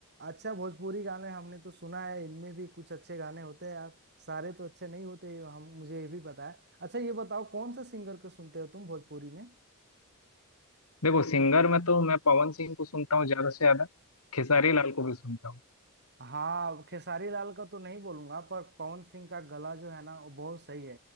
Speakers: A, on the right; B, on the left.
A: अच्छा भोजपुरी गाने हमने तो सुना है इनमें भी कुछ अच्छे गाने होते हैं यार सारे तो अच्छे नहीं होते ये हम मुझे ये भी पता है अच्छा ये बताओ कौन सा सिंगर को सुनते हो तुम भोजपुरी में
B: देखो सिंगर में तो मैं पवन सिंह को सुनता हूँ ज्यादा से ज्यादा खेसारी लाल को भी सुनता हूँ
A: हाँ खेसारी लाल का तो नहीं बोलूंगा पर पवन सिंह का गला जो है ना वो बहुत सही है